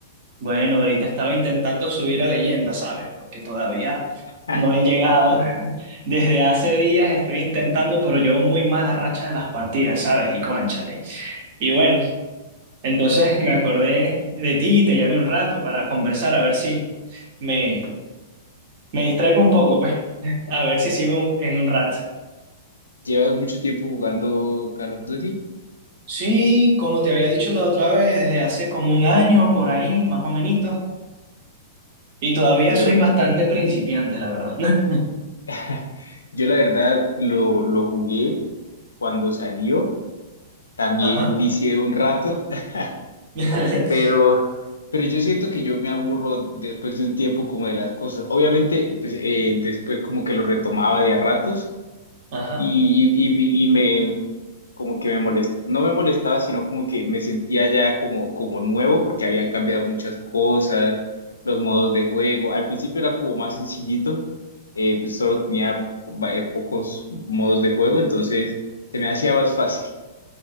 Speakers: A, on the right; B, on the left.
A: Bueno, ahorita estaba intentando subir a leyenda, ¿sabes? Porque todavía
B: <laughs>
A: no he llegado. <laughs> Desde hace días estoy intentando, pero llevo muy mala racha de las partidas, ¿sabes? Y cónchale. Y bueno, entonces me
B: Lle-
A: acordé de ti y te llamé un rato para conversar, a ver si me, me distraigo un poco, pues. <laughs> A ver si sigo en un rato.
B: ¿Llevas mucho tiempo jugando Call of Duty?
A: Sí, como te había dicho la otra vez, desde hace como un año por ahí, más o menos, y todavía
B: Yo,
A: soy bastante principiante, la verdad. <laughs>
B: <laughs> yo la verdad lo, lo jugué cuando salió. También
A: Ajá.
B: vicié un rato, <laughs>
A: <laughs>
B: pero, pero yo siento que yo me aburro después de un tiempo como de las cosas. Obviamente, pues, eh, después como que lo retomaba de a ratos
A: Ajá.
B: y, y, y, y me, como que me molest, no me molestaba, sino como que me sentía ya como, como nuevo porque habían cambiado muchas cosas, los modos de juego. Al principio era como más sencillito, eh, pues solo tenía va- eh, pocos modos de juego, entonces se me hacía más fácil.